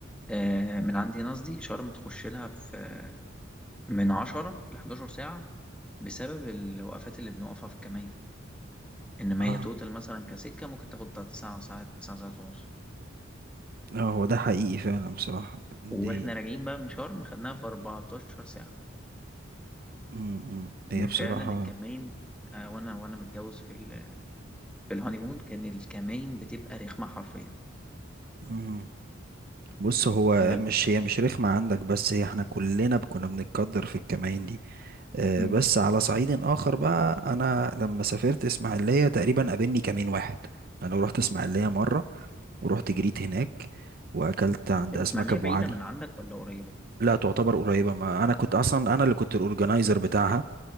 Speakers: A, in the centre; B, on the right (about 45°).
A: آه من عندي هنا قصدي شرم تخش لها في آه، من 10 ل 11 ساعة بسبب الوقفات اللي بنقفها في الكمية إنما
B: اه
A: هي توتال مثلا كسكة ممكن تاخد بتاعت ساعة ساعة ساعة ساعة ونص
B: اه هو ده حقيقي فعلا بصراحة دي
A: وإحنا راجعين بقى من شرم خدناها في 14 ساعة
B: مم، مم. هي
A: ان
B: بصراحة
A: فعلا الكمين آه، وانا وانا متجوز في ال... في الهانيمون كان الكمين بتبقى رخمه حرفيا
B: مم. بص هو
A: بس
B: مش هي مش رخمة عندك بس هي احنا كلنا كنا بنتقدر في الكمائن دي آه،
A: امم
B: بس على صعيد آخر بقى أنا لما سافرت إسماعيلية تقريبا قابلني كمين واحد أنا رحت إسماعيلية مرة ورحت جريت هناك وأكلت عند
A: الاسماعيليه
B: أسماك أبو
A: بعيده
B: علي
A: من عندك ولا قريبه
B: لا تعتبر قريبة ما أنا كنت أصلا أنا اللي كنت الأورجنايزر بتاعها